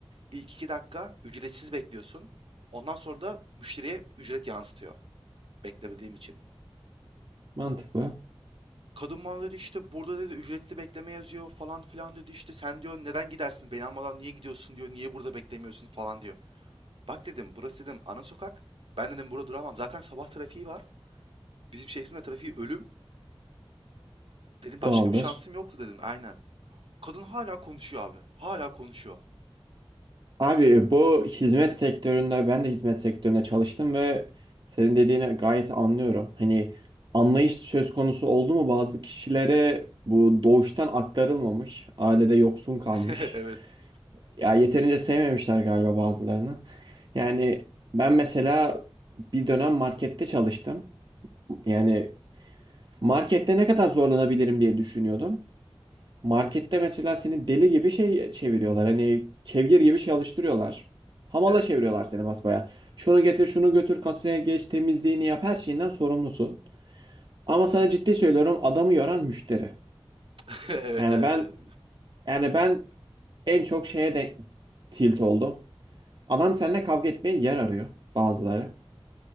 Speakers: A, on the right; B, on the right.
A: İlk iki dakika ücretsiz bekliyorsun. Ondan sonra da müşteriye ücret yansıtıyor. Beklemediğim için.
B: Mantıklı.
A: Kadın bana dedi işte burada dedi ücretli bekleme yazıyor falan filan dedi işte sen diyor neden gidersin beni almadan niye gidiyorsun diyor niye burada beklemiyorsun falan diyor. Bak dedim burası dedim ana sokak ben dedim burada duramam zaten sabah trafiği var bizim şehrin de trafiği ölüm dedim başka
B: Doğaldır.
A: bir şansım yoktu dedim aynen. Kadın hala konuşuyor abi hala konuşuyor.
B: Abi bu hizmet sektöründe ben de hizmet sektöründe çalıştım ve senin dediğini gayet anlıyorum. Hani anlayış söz konusu oldu mu bazı kişilere bu doğuştan aktarılmamış, ailede yoksun kalmış.
A: <laughs> Evet
B: Ya yeterince sevmemişler galiba bazılarını. Yani ben mesela bir dönem markette çalıştım. Yani markette ne kadar zorlanabilirim diye düşünüyordum. Markette mesela seni deli gibi şey çeviriyorlar. Hani kevgir gibi şey alıştırıyorlar. Hamala
A: evet
B: çeviriyorlar seni basbaya. Şunu getir, şunu götür, kasaya geç, temizliğini yap, her şeyinden sorumlusun. Ama sana ciddi söylüyorum adamı yoran müşteri.
A: <laughs> evet
B: Yani
A: evet
B: ben
A: evet
B: yani ben en çok şeye de tilt oldum. Adam seninle kavga etmeye yer arıyor bazıları.